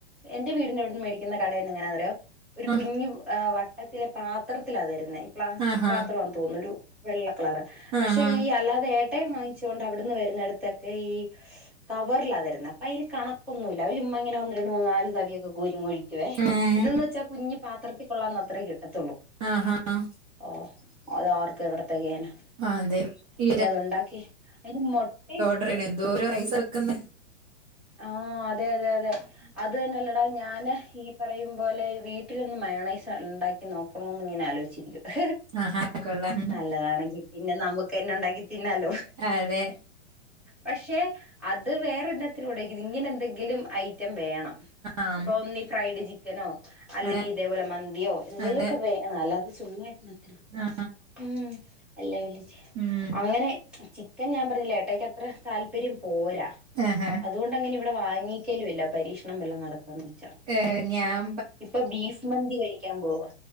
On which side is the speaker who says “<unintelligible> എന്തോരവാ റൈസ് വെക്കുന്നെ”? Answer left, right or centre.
Right